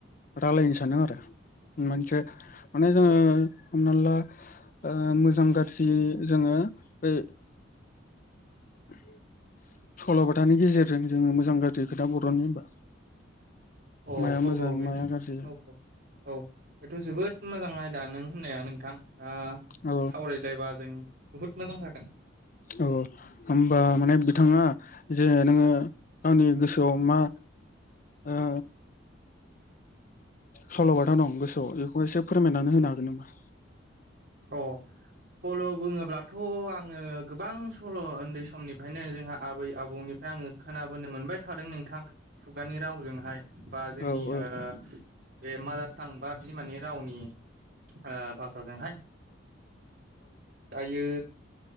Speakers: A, on the left; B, on the right.
A: रायलायनो सानदों आरो। मोनसे माने जोङो
B: औ
A: हमना ला ओ मोजां गाज्रि जोङो बै <inaudible> सल'बाथानि गेजेरजों जोङो मोजां गाज्रि खोथा बर'ननि होमबा
B: अ
A: माया
B: औ
A: मोजां
B: औ बेथ'
A: माया गाज्रि
B: औ औ औ बेथ' जोबोद मोजां आ दा नों होननाया नोंथां आ
A: औ
B: सावरायलायबा जों बुहुद मोजां जागोन।
A: औ होमबा माने बिथाङा जोङो नोङो गावनि गोसोआव मा ओ सल'बाथा दं गोसोआव बेखौ एसे फोरमायनानै होनो हागोन नोमा?
B: अ सल' बुङोब्लाथ' आङो गोबां सल' ओन्दै समनिफ्रायनो जोंहा आबै आबौनिफ्राय आङो खोना बोनो मोनबाय थादों नोंथां खुगानि रावजोंहाय। होमबा जोंनि
A: औ औ
B: ओ बे मा थांबा बिमानि रावनि ओ भाषाजोंहाय दायो